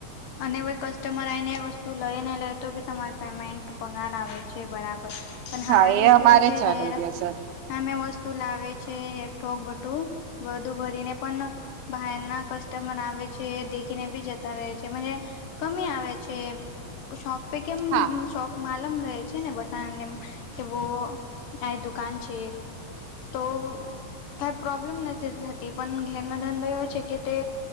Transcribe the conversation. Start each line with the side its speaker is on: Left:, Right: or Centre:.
Left: અને કસ્ટમર આઈને વસ્તુ લઈ ને લઈ તો બી તમારે પેમેન્ટ પગાર આવે છે બરાબર. પણ
Right: હા
Left: અમારું
Right: એ અમારે
Left: કેવું છે,
Right: ચાલુ
Left: ઘેર
Right: રહેશે
Left: અમે વસ્તુ લાવે છે, એકઠોક ભઠું વધુ ભરીને પણ બહાર ના કસ્ટમર આવે છે, દેખીને બી જતા રહે છે. કમી આવે છે, શોપ પે કેમ
Right: હા
Left: શોપ માલમ રહે છે, ને બટ કે વો આ દુકાન છે. તો કઈ પ્રોબ્લેમ નથી થતી, પણ ઘેરનો ધંધો એવો છે કે તે